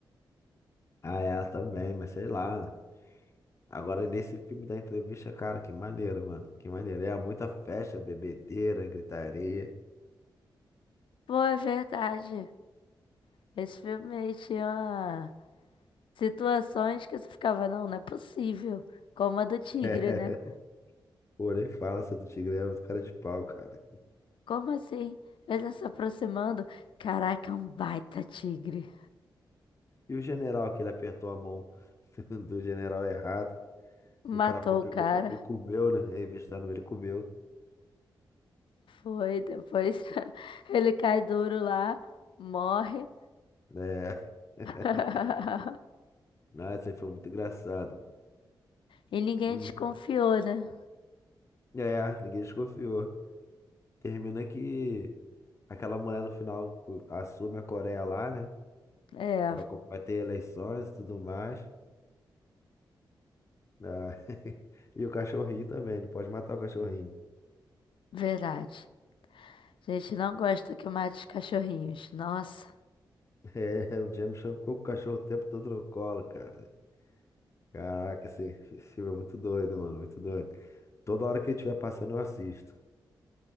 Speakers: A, on the left; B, on the left.
A: Ah, é, ela também, mas sei lá. Agora, nesse filme da entrevista, cara, que maneiro, mano, que maneiro. É muita festa, bebedeira, gritaria.
B: Pô, é verdade. Esse filme aí tinha situações que você ficava, não, não é possível. Como a do tigre,
A: <laughs>
B: né?
A: Pô, nem fala, seu do Tigre é muito cara de pau, cara.
B: Como assim? Ele tá se aproximando. Caraca, é um baita tigre.
A: E o general, que ele apertou a mão <laughs> do general errado.
B: Matou
A: O cara foi, pegou
B: o cara.
A: e comeu, né? Revistando ele, comeu.
B: Foi, depois <laughs> ele cai duro lá, morre.
A: É. <laughs>
B: <laughs>
A: Ah, isso aí foi muito engraçado.
B: E ninguém
A: Hum,
B: desconfiou, né?
A: É, ninguém desconfiou. Termina que aquela mulher no final cu- assume a Coreia lá, né?
B: É,
A: Vai, co- vai ter eleições e tudo mais. Ah, <laughs> E o cachorrinho também, não pode matar o cachorrinho.
B: verdade. A gente não gosta que mate os cachorrinhos. Nossa.
A: <laughs> É, o James Chan ficou com o cachorro o tempo todo no colo, cara. Caraca, esse, esse filme é muito doido, mano, muito doido. Toda hora que ele estiver passando, eu assisto.